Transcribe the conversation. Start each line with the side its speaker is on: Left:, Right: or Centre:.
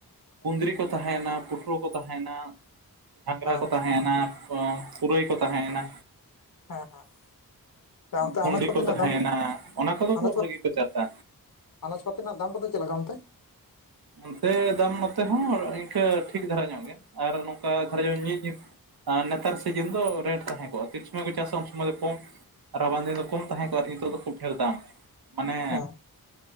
Right: ᱠᱩᱸᱫᱽᱨᱤ ᱠᱚ ᱛᱟᱦᱮᱸ ᱮᱱᱟ ᱯᱩᱴᱨᱟᱹ ᱠᱚ ᱛᱟᱦᱮᱸ ᱮᱱᱟ ᱜᱷᱟᱸᱜᱽᱨᱟ
Left: ᱚ
Right: ᱠᱚ ᱛᱟᱦᱮᱸ ᱮᱱᱟ ᱯᱩᱨᱟᱹᱭ ᱠᱚ ᱛᱟᱦᱮᱸ ᱮᱱᱟ
Left: ᱦᱮᱸ ᱦᱮᱸ ᱚᱱᱛᱮ
Right: ᱵᱷᱩᱸᱰᱤ
Left: ᱟᱱᱟᱡ ᱯᱟᱹᱛᱤ
Right: ᱠᱚ
Left: ᱨᱮᱱᱟᱜ
Right: ᱛᱟᱦᱮᱭ
Left: ᱫᱟᱢ
Right: ᱱᱟ ᱚᱱᱟ ᱠᱚᱫᱚ
Left: ᱟᱱᱟᱡ
Right: ᱠᱚ
Left: ᱯᱟᱛ
Right: ᱵᱷᱟᱜᱤ ᱠᱚ ᱪᱟᱥᱟ
Left: ᱟᱱᱟᱡ ᱯᱟᱹᱛᱤ ᱨᱮᱱᱟᱜ ᱫᱟᱢ ᱠᱚᱫᱚ ᱪᱮᱫ ᱞᱮᱠᱟ ᱚᱱᱛᱮ?
Right: ᱚᱱᱛᱮ ᱫᱟᱢ ᱱᱚᱛᱮ ᱦᱚᱸ ᱤᱱᱠᱟᱹ ᱴᱷᱤᱠ ᱫᱷᱟᱨᱟ ᱧᱚᱜ ᱜᱮ ᱟᱨ ᱱᱚᱝᱠᱟ ᱫᱷᱟᱨᱟ <unintelligible> ᱟᱨ ᱱᱮᱛᱟᱨ ᱥᱤᱡᱤᱱ ᱫᱚ ᱨᱮᱴ ᱛᱟᱦᱮᱸ ᱠᱚᱜ-ᱟ ᱛᱤᱱ ᱥᱚᱢᱚᱭ ᱠᱚ ᱪᱟᱥᱟ ᱩᱱ ᱥᱚᱢᱚᱭ ᱫᱚ ᱠᱚᱢ ᱨᱟᱵᱟᱝ ᱫᱤᱱ ᱫᱚ ᱠᱚᱢ ᱛᱟᱦᱮᱸ ᱠᱚᱜ-ᱟ ᱱᱤᱛᱚᱜ ᱫᱚ ᱠᱷᱩᱵ ᱰᱷᱮᱨ ᱫᱟᱢ ᱢᱟᱱᱮ
Left: ᱦᱮᱸ